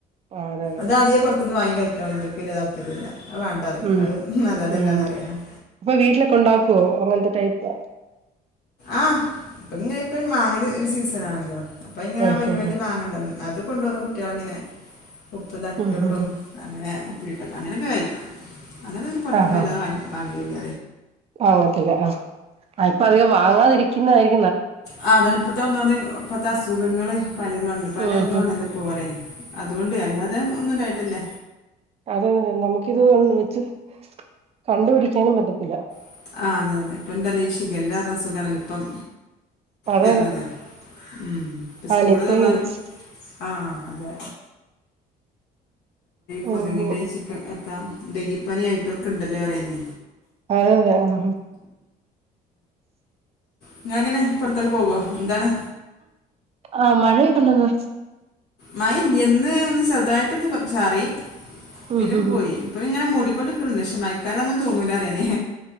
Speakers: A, on the right; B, on the left.
A: ആഹ് അതെ അതെ
B: അത്ാദ്യേ പുൊറത്തുന്ന് വാങ്ങി കഴ അവർക്ക് താല്പര്യമില്ല വേണ്ട അറിയും
A: ഉം
B: അത് നല്ലതല്ല
A: ഉം
B: എന്നറിയാം
A: അപ്പൊ വീട്ടിലൊക്കെ ഉണ്ടാക്കുവോ അങ്ങനത്തെ ടൈപ്പ
B: ആഹ് ഇപ്പൊ ഇങ്ങനെ ഇപ്പൊ മാങ്ങ ഒരു സീസൺാണല്ലോ അപ്പൊ ഇങ്ങനെ
A: ആഹ്
B: വലിയ
A: ആഹ്
B: വലിയ മാങ്ങ ഉണ്ടല്ലും അത് കൊണ്ട് പോന്ന കുട്ടികളിങ്ങനെ ഉപ്പ്താക്കിക്കോട്ടും
A: ആഹ്
B: അങ്ങനെ ിട്ട അങ്ങനൊക്കെ കഴിക്കും അങ്ങനെ അന്നെ പുറത്തനിന്നുംല്ലാതാ
A: ആഹ് ആഹ് ആഹ്
B: വാങ്ങില്ല
A: വാങ്ങത്തില്ല ആ ഇപ്പൊ അധികം വാങ്ങാതിരിക്കുന്നതരിക്ക
B: ആ അതാണ് ഇപ്പത്തെ ഒന്ന ഇപ്പത്തെ അസുഖങ്ങള് പല ഇതുണല്ലോ പല
A: ഉം
B: ഇത്ണല്ലേ
A: ഉം
B: അതുകൊണ്ട് അല്ലാതെ ഒന്നും ഇണ്ടായിട്ടല്ല
A: അതെതെ നമുക്കിത് വെച്ച് കണ്ടുപിടിക്കാനും പറ്റത്തില്ല
B: <unintelligible> എന്തരീക്ഷിക്ക എല്ലാരണം സുഖമാല്ല ഇപ്പം
A: അത
B: വരുന്നത് ഉം. ഇപ്പം സ്കൂള്
A: അനിത്തയും
B: തന്നാലും
A: <unintelligible>
B: ആ അതെ കൊതുകിൻന്റെ
A: ഉം
B: ചിക്കൻ എത്താം ഡെങ്കിപ്പാന ആയിട്ടുംക്കെ ഉണ്ടല്ലോ പറയാനേ
A: ആഹ്ഹ ആഹ
B: നിങ്ങങ്ങനെ പുൊറത്തേക്ക് പോകുവോ എന്താണ്
A: ആഹ മഴയൊക്കെണ്ട്ന്ന്
B: മായ എന്ന് ഒന്ന് ചെറുതായിട്ടൊന്ന് ചാറി
A: ഉം
B: പിന്നെ ഇപ്പോ
A: ഉം
B: പോയി ഇപ്പ ഇങ്ങനെ <unintelligible> പക്ഷെ മയക്കാലൊന്നും തോന്നൂല അറേനെ